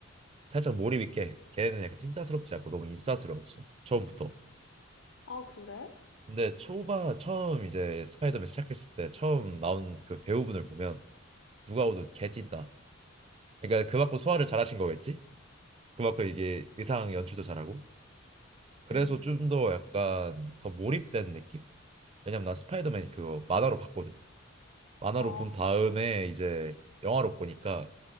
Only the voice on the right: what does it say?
살짝 몰입 있게 걔는 약간 찐따스럽지 않고 너무 인싸스러웠어 처음부터
근데 초반 처음 이제 스파이더맨 시작했을 때 처음 나온 그 배우분을 보면 누가 봐도 개 찐따 그러니까 그 받고 소화를 잘하신 거겠지 그만큼 이게 의상 연출도 잘하고 그래서
좀 더 약간 더 몰입된 느낌? 왜냐면 난 스파이더맨 그거 만화로 봤거든. 만화로
본 다음에 이제 영화로 보니까